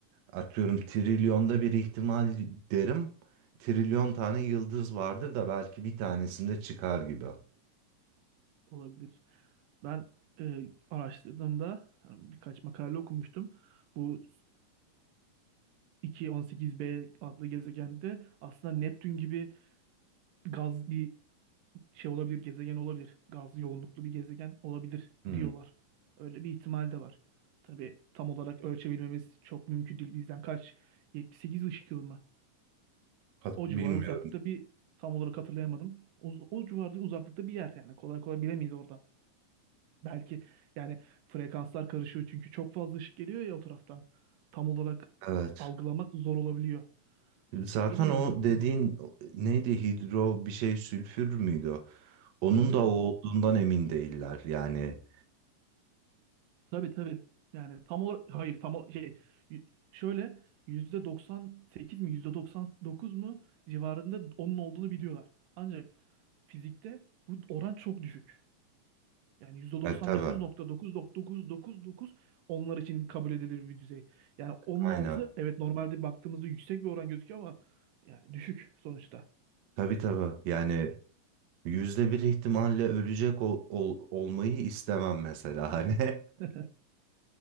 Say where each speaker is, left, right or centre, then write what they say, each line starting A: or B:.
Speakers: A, on the right; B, on the right.
A: Atıyorum trilyonda bir ihtimal derim. Trilyon tane yıldız vardır da belki bir tanesinde çıkar gibi.
B: olabilir. Ben e, araştırdığımda hani birkaç makale okumuştum. Bu K218b adlı gezegende aslında Neptün gibi gaz bir şey olabilir, gezegen olabilir. Gaz yoğunluklu bir gezegen olabilir
A: Hmm,
B: diyorlar. Öyle bir ihtimal de var. Tabii tam olarak ölçebilmemiz çok mümkün değil. Bizden kaç? 78 ışık yılı mı?
A: hat-
B: O
A: bilmiyorum.
B: civar uzaklıkta bir tam olarak hatırlayamadım. O, o civarda uzaklıkta bir yer yani kolay kolay bilemeyiz oradan. Belki yani frekanslar karışıyor çünkü çok fazla ışık geliyor ya o taraftan. Tam olarak
A: Evet.
B: algılamak zor olabiliyor.
A: Zaten
B: Bilmiyorum.
A: o dediğin neydi hidro bir şey sülfür müydü? o? Onun
B: Hidro
A: da o olduğundan emin değiller yani.
B: Tabii tabii. Yani tam olarak hayır tam o- şey y- şöyle %98 mi %99 mu civarında onun olduğunu biliyorlar. Ancak fizikte bu oran çok düşük. Yani %99.9999
A: E, tabii
B: onlar için kabul edilir bir düzey. Yani onun
A: aynen.
B: altı evet normalde baktığımızda yüksek bir oran gözüküyor ama yani düşük sonuçta.
A: Tabii tabii yani yüzde bir ihtimalle ölecek ol- ol- olmayı istemem mesela hani.
B: <laughs>